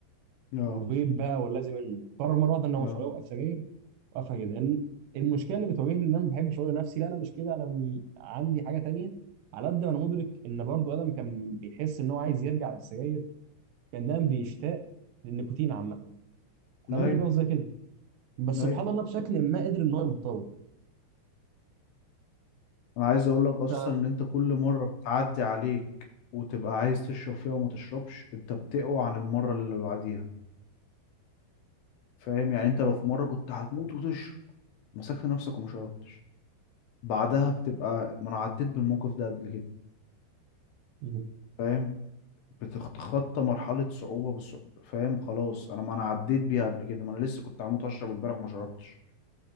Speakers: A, on the left; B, on the right.
A: اه
B: وفيب بقى واللازم منه قرر مره واحده ان هو مش
A: اه
B: هيوقف سجاير وقفها كده الم- المشكله اللي بتواجهني ان انا ما بحبش اقول لنفسي لا انا مش كده انا م- عندي حاجه تانية على قد ما انا مدرك ان برضو ادم كان بيحس ان هو عايز يرجع للسجاير كان دايما بيشتاق للنيكوتين عامه انا
A: ايوه
B: مدرك ان هو زي كده بس
A: ايوه
B: سبحان الله بشكل ما قدر ان هو يبطله
A: انا عايز اقول لك
B: انت
A: اصلا ان انت كل مرة بتعدي عليك وتبقى عايز تشرب فيها وما تشربش انت بتقوى عن المرة اللي بعديها فاهم يعني انت لو في مرة كنت هتموت وتشرب مسكت نفسك وما شربتش بعدها بتبقى ما انا عديت بالموقف ده قبل كده
B: مم.
A: مم. فاهم بتتخطى مرحلة صعوبة بالصعوبة فاهم خلاص انا ما انا عديت بيها قبل كده ما انا لسه كنت هموت اشرب امبارح وما شربتش